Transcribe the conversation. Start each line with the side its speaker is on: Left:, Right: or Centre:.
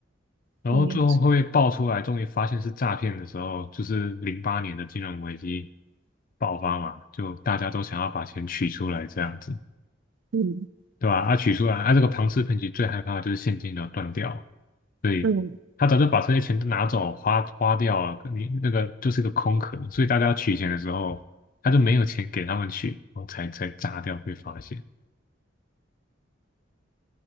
Left: 然后最后会被爆出来，
Right: 嗯
Left: 终于发现是诈骗的时候，就是零八年的金融危机爆发嘛，就大家都想要把钱取出来这样子，
Right: 嗯
Left: 对吧？啊，取出来，啊，这个庞氏骗局最害怕的就是现金流断掉，对，
Right: 嗯，
Left: 他早就把这些钱都拿走花花掉了，你那个就是个空壳，所以大家要取钱的时候，他就没有钱给他们取，然后才才炸掉被发现。